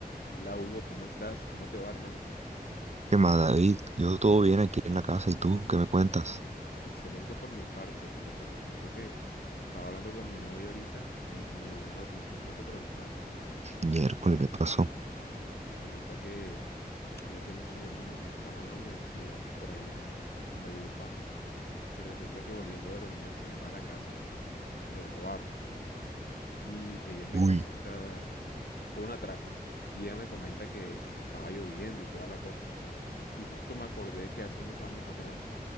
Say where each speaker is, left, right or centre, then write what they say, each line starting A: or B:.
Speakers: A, on the left; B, on the right.
A: Hola Hugo, ¿cómo estás? ¿Cómo te va, hermano?
B: ¿Qué más, David? Yo todo bien aquí en la casa. ¿Y tú qué me cuentas?
A: Excelente por mi parte, pero te comento que estaba hablando con mi novia ahorita y, y me dio una noticia un poco preocupante.
B: Miércoles, ¿qué pasó?
A: Resulta que ella tiene un sobrino que estaba en la universidad por allá en, en Valledupar y resulta que volviendo de la universidad a la casa lo robaron. Y ella me
B: Uy.
A: comenta, fue un atraco, y ella me comenta que, que estaba lloviendo y toda la cosa. Y justo me acordé que hace unos años atrás